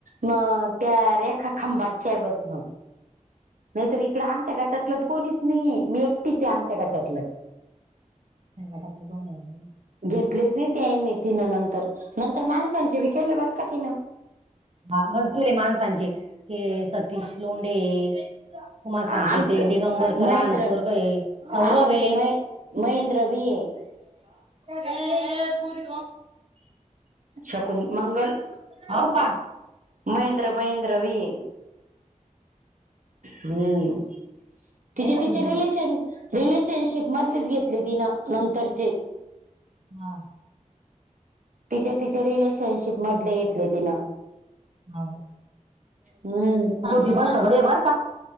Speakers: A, on the right (about 75°); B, on the right (about 45°).
A: म त्या रेखा खांबाटच्या, बस मग. नाहीतर इकडं, आमच्या गटातलं तर कोणीच नाही. मी एकटीचय, आमच्या गटातलं.
B: गटातले दोनय.
A: घेतलेच नाही, तेनी तिनं नंतर. नंतर माणसांचे बी केले बर का तिनं.
B: हा घसकले माणसांचे ते सतीश लोंडे तु म्हा सांगते
A: आमचं
B: ते दिगंबर च
A: महेंद्र
B: लहान पोरग सौरभ
A: आमचं
B: आहे
A: ते महे महेंद्र
B: र
A: बी आहे
B: रे पुर
A: शकुून मंगल
B: हो का
A: महेंद्र महेंद्र विये हम् तिचे
B: दे ना
A: तिचे
B: दीदी
A: रिलेशन
B: ग.
A: रिलेशनशिप मधलीच घेतली तिनं नंतरची
B: हा
A: तिच्या तिच्या रिलेशन् शिप मधले घेतले तिनं
B: हाव.
A: हम्म
B: ते पण सगळे बर का